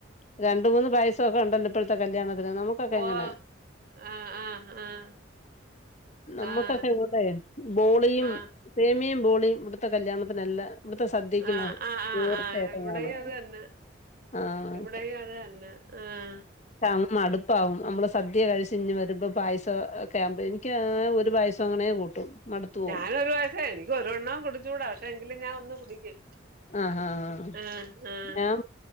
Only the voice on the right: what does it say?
ഓ
ആഹ് ആഹ് ആഹ്
ആഹ്
ആഹ്
ആഹ്
ആഹ് ആഹ്
ആഹ് ഇവിടെയും
അത് തന്നെ
<unintelligible> ആഹ്
ഞാനൊരു പായസെ എനിക്ക് ഒരുവണ്ണോം കുടിച്ചൂടാ പക്ഷെ എങ്കിലും ഞാൻ ഒന്ന് കുടിക്കും
ആഹ് ആഹ്